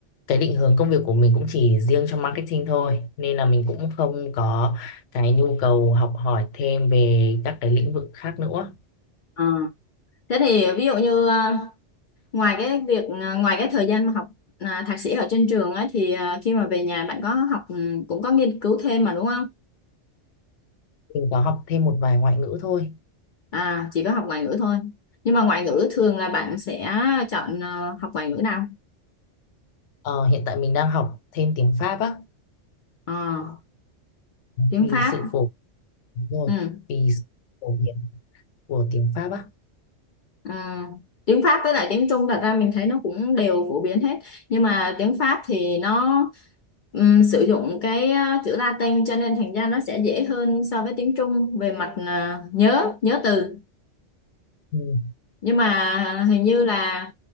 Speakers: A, on the left; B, on the left.
A: cái định hướng công việc của mình cũng chỉ riêng cho marketing thôi nên là mình cũng không có cái nhu cầu học hỏi thêm về các cái lĩnh vực khác nữa.
B: Ờ. thế thì ví dụ như ờ, ngoài cái việc ờ, ngoài cái thời gian mà học ờ, thạc sĩ ở trên trường ấy, thì ờ, khi mà về nhà bạn có học ừ, cũng có nghiên cứu thêm mà đúng không
A: Mình có học thêm một vài ngoại ngữ thôi.
B: à chỉ có học ngoại ngữ thôi nhưng mà ngoại ngữ thường là bạn sẽ chọn ờ, học ngoại ngữ nào
A: Ờ, hiện tại mình đang học thêm tiếng Pháp á
B: Ờ, tiếng
A: vì
B: Pháp
A: sự phổ đúng rồi
B: ừ.
A: vì sự phổ biến của tiếng Pháp á.
B: À, tiếng Pháp với lại tiếng Trung thật ra mình thấy nó cũng đều phổ biến hết nhưng mà tiếng Pháp thì nó ừm, sử dụng cái ờ, chữ Latin cho nên thành ra nó sẽ dễ hơn so với tiếng Trung về mặt ờ, nhớ nhớ từ
A: Ừ.
B: nhưng mà hình như là